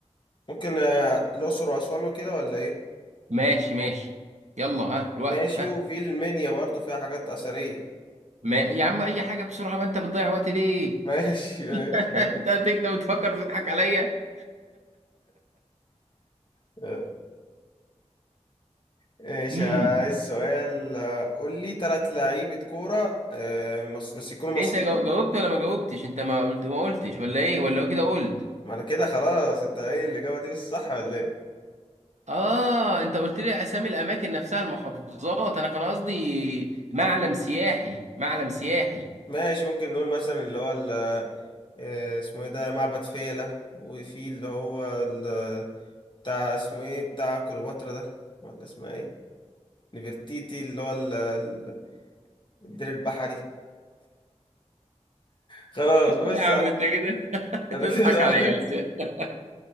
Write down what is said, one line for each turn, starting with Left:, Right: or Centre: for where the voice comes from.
Left: ممكن آه، الاقصر واسوان وكده ولا ايه
Right: ماشي ماشي يلا ها الوقت
Left: ماشي
Right: ها
Left: وفي المنيا برضو فيها حاجات أثرية
Right: ما يا عم اي حاجه بسرعه ما انت بتضيع وقتي ليه
Left: ماشي ماشي
Right: <laughs>
Left: يا
Right: انت هتكتب وتفكر تضحك عليا
Left: <laughs> ماشي
Right: امم
Left: عايز سؤال آه، قول لي ثلاث لعيبة كورة آه، مصر بس يكونوا مصريين
Right: انت جو- جاوبت ولا ما جاوبتش انت ما قلت ما قلتش ولا ايه ولا كده قلت
Left: ما انا كده خلاص انت ايه الإجابة دي مش صح ولا ايه
Right: اه انت قلت لي اسامي الاماكن نفسها المحافظات انا كان قصدي معلم سياحي معلم سياحي
Left: ماشي ممكن نقول مثلا اللي هو ال- آه، اسمه ايه ده معبد فيلة وفي اللي هو ال- بتاع اسمه ايه بتاع كليوباترا ده ولا اسمها ايه نفرتيتي اللي هو ال- ال- الدير البحري خلاص
Right: <laughs>
Left: بص
Right: لا يا عم انت كده <laughs>
Left: انا
Right: انت تضحك
Left: كده
Right: عليا
Left: <laughs>
Right: يا أسامي. <laughs>